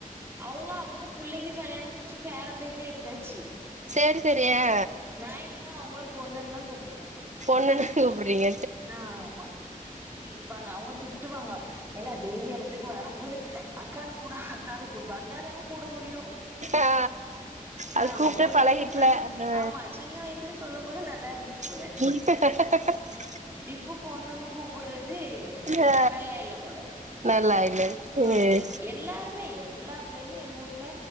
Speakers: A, on the right; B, on the right.
A: அவுங்க அவுங்க புள்ளைக்கு கல்யாணம் முடிச்சு பேரம்பத்தியே எடுத்தாச்சு
B: சேரி சேரி ஆ
A: நா இன்னும் அவங்கள பொண்ணுன்னு தான் கூப்பிடுறே
B: பொண்ணுன்னு கூப்புடுறீங்க
A: ஆ ஆமா சேரி இப்பாங்க அவங்க திட்டுவாங்க ஏலே வெளில எடத்துக்கு வர வரும்போது அக்கானு கூப்டு அக்கானு கூப்டு வந்தா தான கூப்ட முடியு
B: ஆ அது
A: ஆமா
B: கூப்ட்டே
A: பொண்ணு
B: பழகிட்ல
A: பொண்ணுண்டு
B: ஆ
A: ஆமா சின்ன வயசு சுல சொல்லும் போது நல்லா இருந்துச்சு
B: <unintelligible>
A: போல இப்போ பொண்ணுனு கூப்புடறது
B: ஆ
A: நல்லா இல்ல போல
B: நல்லா இல்ல சேரி
A: ம் எல்லாருமே எல்லா பிள்ளைளுமே எங்க வூட்ல